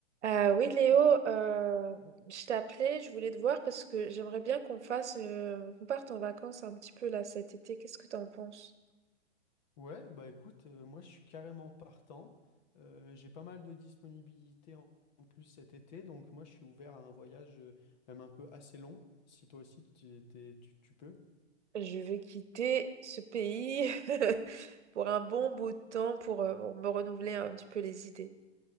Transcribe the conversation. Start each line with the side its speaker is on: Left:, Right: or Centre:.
Right: Euh, oui, Léo, euh, je t'ai appelé, je voulais te voir parce que j'aimerais bien qu'on fasse, euh, qu'on parte en vacances un petit peu là cet été. Qu'est-ce que t'en penses?
Left: Ouais, bah écoute, euh, moi je suis carrément partant. Euh, j'ai pas mal de disponibilité en, en plus cet été, donc moi je suis ouvert à un voyage euh, même un peu assez long, si toi aussi tu, t'es- tu, tu peux.
Right: Je veux quitter ce pays <laughs> pour un bon bout de temps pour, euh, pour me renouveler un petit peu les idées.